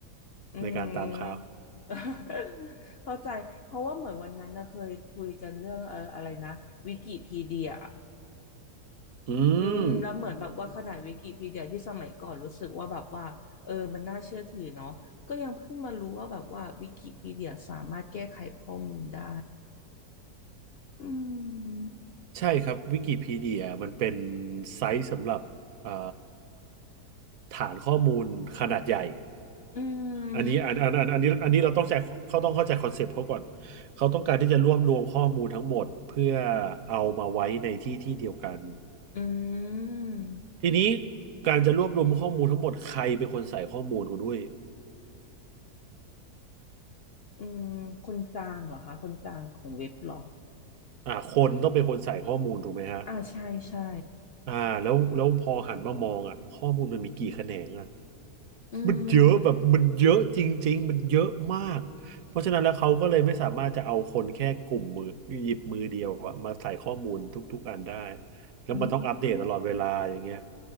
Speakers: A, on the left; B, on the right.
A: อืม
B: ในการตามข่าว
A: <laughs> เข้าใจเพราะว่าเหมือนวันนั้นนะเคยคุยกันเรื่องเอออะไรนะวิกิพีเดีย
B: อืม
A: อืมแล้วเหมือนแบบว่าขนาดวิกิพีเดียที่สมัยก่อนรู้สึกว่าแบบว่าเออมันน่าเชื่อถือเนาะก็ยังเพิ่งมารู้ว่าแบบว่าวิกิพีเดียสามารถแก้ไขข้อมูลได้อืม
B: ใช่ครับวิกิพีเดียมันเป็นไซต์สำหรับอ่าฐานข้อมูลขนาดใหญ่
A: อื
B: อันนี้อันอันอันอันนี้อันนี้เราต้องใจเขาต้องเข้าใจคอนเซปต์เขาก่อน
A: ม
B: เขาต้องการที่จะรวบรวมข้อมูลทั้งหมดเพื่อเอามาไว้ในที่ที่เดียวกัน
A: อืม
B: ทีนี้การจะรวบรวมข้อมูลทั้งหมดใครเป็นคนใส่ข้อมูลคุณด้วย
A: อืมคนกลางเหรอคะคนกลางของเว็บเหรอ
B: อ่าคนต้องเป็นคนใส่ข้อมูลถูกไหมฮะ
A: อ่าใช่ใช่
B: อ่าแล้วแล้วพอหันมามองอ่ะข้อมูลมันมีกี่แขนงอ่ะ
A: อื
B: มันเยอะแบบมันเยอะจริงๆมันเยอะมากเพราะฉะนั้นแล้วเขาก็เลยไม่สามารถจะเอาคนแค่กลุ่มมือหยิบมือเดียวอะมาใส่ข้อมูลทุกๆอันได้
A: ม
B: แล้วมันต้องอัปเดตตลอดเวลาอย่างเงี้ย
A: อืม